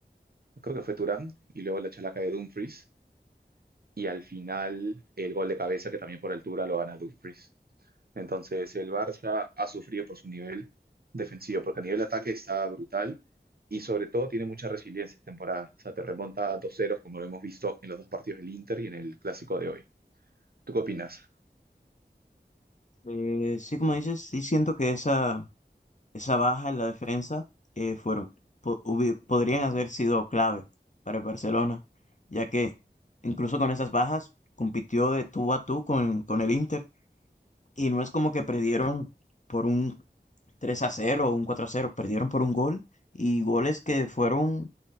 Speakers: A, on the right; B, on the left.
A: creo que fue Thuram, y luego la chalaca de Dumfries, y al final el gol de cabeza que también por altura lo gana Dumfries. Entonces el Barça ha sufrido por su nivel defensivo, porque a nivel de ataque está brutal y sobre todo tiene mucha resiliencia esta temporada. O sea, te remonta a dos ceros como lo hemos visto en los dos partidos del Inter y en el clásico de hoy. ¿Tú qué opinas?
B: Eh, sí, como dices, sí siento que esa, esa baja en la defensa eh, fueron, po- hubi- podrían haber sido clave para el Barcelona, ya que incluso con esas bajas compitió de tú a tú con, con el Inter y no es como que perdieron por un 3 a cero o un cuatro a cero, perdieron por un gol y goles que fueron,